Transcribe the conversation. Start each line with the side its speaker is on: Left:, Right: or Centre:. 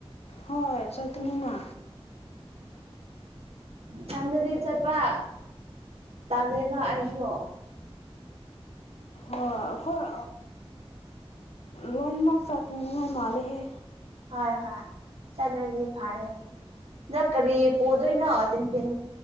Left: ꯍꯣꯏ ꯆꯇꯅꯤꯅ
Right: ꯆꯟꯗꯗꯤ ꯆꯠꯄ ꯇꯥꯂꯦꯕ ꯑꯩꯁꯨ
Left: ꯑꯣ ꯑꯩꯈꯣꯏ ꯂꯣꯏꯟꯃ ꯆꯇ ꯃꯤꯥꯏ ꯃꯥꯂꯦ ꯍꯦ
Right: ꯍꯣꯏ ꯍꯣꯏ ꯆꯠꯂ꯭ꯔꯗꯤ ꯐꯔꯦ ꯑꯗ ꯀꯔꯤ ꯄꯣꯗꯣꯏꯅꯣ ꯇꯤꯟꯐꯤꯟ